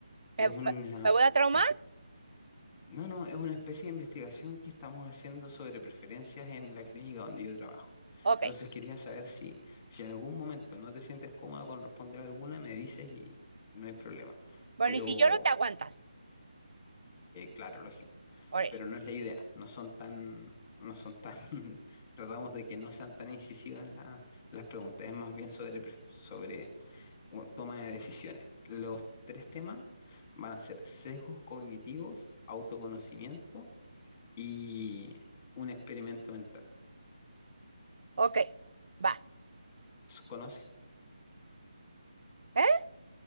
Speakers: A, on the left; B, on the right.
A: es
B: ¿me,
A: una,
B: me- me voy a traumar?
A: es- no, no, es una especie de investigación que estamos haciendo sobre preferencias en la clínica donde yo trabajo.
B: Ok.
A: Entonces quería saber si, si en algún momento no te sientes cómoda con responder alguna, me dices y no hay problema.
B: Bueno,
A: Pero,
B: y si lloro, te aguantas.
A: eh, claro, lógico.
B: Órale.
A: Pero no es la idea. No son tan, no son tan, <laughs> tratamos de que no sean tan incisivas la- las preguntas. Es más bien sobre, pref- sobre u- toma de decisiones. Los tres temas van a ser sesgos cognitivos, autoconocimiento y un experimento mental.
B: Ok, va.
A: ¿Conoces,
B: ¿Eh?